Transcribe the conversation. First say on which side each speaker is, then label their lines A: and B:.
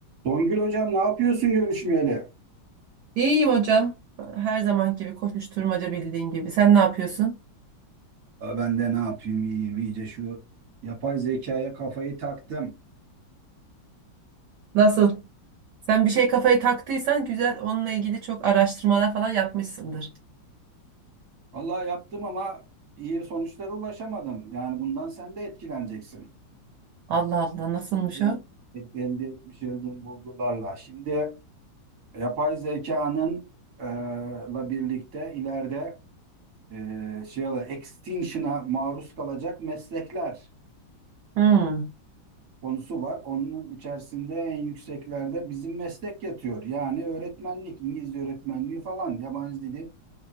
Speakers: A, on the right (about 50°); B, on the right (about 70°).
A: Songül hocam ne yapıyorsun görüşmeyeli?
B: İyiyim hocam. Her zaman gibi koşuşturmaca bildiğin gibi. Sen ne yapıyorsun?
A: Aa, ben de ne yapayım iyiyim iyice şu yapay zekaya kafayı taktım.
B: Nasıl? Sen bir şey kafayı taktıysan güzel onunla ilgili çok araştırmalar falan yapmışsındır.
A: Vallahi yaptım ama iyi sonuçlara ulaşamadım. Yani bundan sen de etkileneceksin.
B: Allah Allah nasılmış
A: Elde,
B: o?
A: et- elde etmiş olduğum bulgularla. Şimdi yapay zekanın e, la birlikte ileride e, şey ola- extinction'a maruz kalacak meslekler.
B: Hmm.
A: konusu var. Onun içerisinde en yükseklerde bizim meslek yatıyor. Yani öğretmenlik, İngilizce öğretmenliği falan, yabancı dili